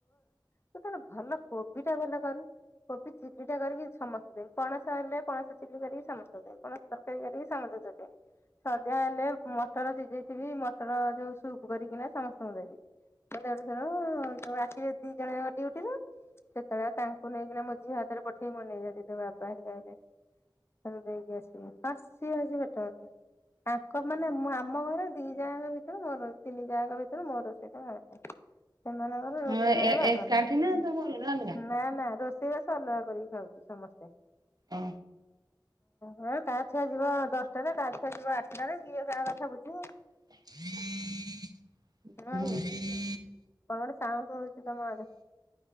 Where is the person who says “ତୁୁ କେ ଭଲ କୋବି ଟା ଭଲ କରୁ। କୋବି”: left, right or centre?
Left